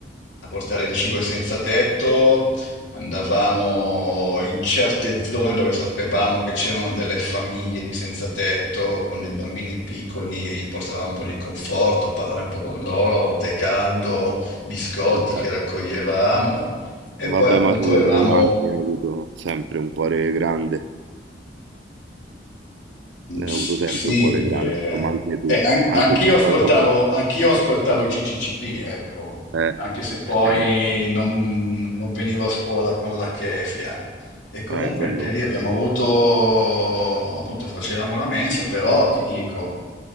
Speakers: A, on the left (about 85°); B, on the right (about 80°).
A: a portare il cibo ai senza tetto. Andavamo in certe zone dove sapevamo che c'erano delle famiglie di senza tetto con dei bambini piccoli e gli portavamo un po' di conforto a parlare un po' con loro, tè caldo, biscotti
B: ma dai.
A: che raccoglievamo e
B: Vabbè,
A: poi appunto
B: ma tu
A: avevamo,
B: anche hai avuto sempre un cuore grande,
A: mm,
B: hai
A: s-
B: avuto sempre
A: sì,
B: un cuore
A: eh,
B: grande, insomma anche tu,
A: eh, an-
B: anche
A: anch'io
B: se
A: ascoltavo,
B: poi dopo...
A: anch'io ascoltavo i CCCP, ecco,
B: Eh,
A: anche se poi
B: <laughs>
A: non, non venivo a scuola con la chefia. E comunque
B: eh, eh, quello,
A: anche lì abbiamo avuto, appunto facevamo la mensa, però ti dico,